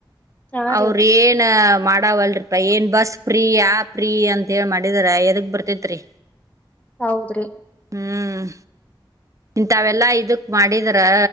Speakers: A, on the left (about 15°); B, on the right (about 40°).
A: ಹಾ
B: ಅವ್ರ
A: ರೀ
B: ಏನ ಮಾಡಾವಲ್ರಿಪ ಏನ್ ಬಸ್. ಪ್ರೀ ಯ ಪ್ರೀ ಅಂತ ಹೇಳಿ ಮಾಡಿದರ ಎದಗ್ ಬರ್ತೇತ್ರಿ.
A: ಹೌದ್ರಿ
B: ಹ್ಮ್ ಇಂತವೆಲ್ಲಾ ಇದಕ್ ಮಾಡಿದ್ರ.